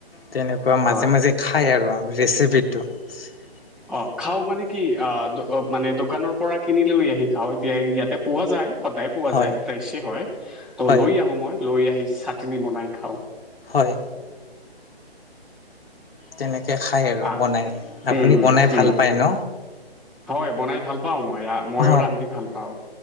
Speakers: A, on the left; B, in the centre.
A: তেনেকুৱা মাজে
B: হয়
A: মাজে খাই আৰু আপুনি ৰেচিপিটো উস্ এ
B: অ খাও মানে কি আ দ অ অ মানে দোকানৰ পৰা কিনি লৈ আহি খাওঁ এতিয়া ইয়াতে পোৱা যায় সদায় পোৱা
A: হয়
B: যায় ফ্ৰেছেই হয় ত'
A: হয়
B: লৈ আহোঁ মই লৈ আহি চাটনি বনাই খাওঁ।
A: হয়। তেনেকে কে খায় আৰু
B: আহ
A: বনাই
B: হুম
A: আপুনি
B: হুম
A: বনাই
B: হুম
A: ভাল পায় ন।
B: হয়, বনাই ভাল পাওঁ মই মইো
A: অ
B: ৰান্ধি ভাল পাওঁ।